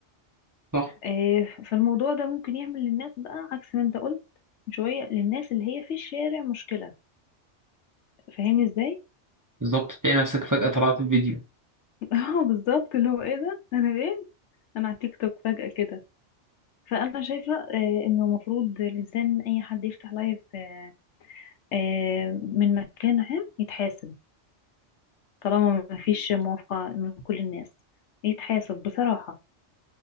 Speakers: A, on the right (about 20°); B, on the left (about 75°).
A: صح
B: آه، فالموضوع ده ممكن يعمل للناس بقى عكس ما انت قلت من شوية للناس اللي هي في الشارع مشكلة فاهمني ازاي؟
A: بالظبط تلاقي نفسك فجأة طلعت في فيديو
B: <laughs> اه بالظبط اللي هو ايه ده؟ انا فين؟ انا على تيك توك فجأة كده فانا شايفة آه، انه المفروض الانسان اي حد يفتح لايف آه، آه، من مكان عام يتحاسب طالما ما فيش موافقة من كل الناس يتحاسب بصراحة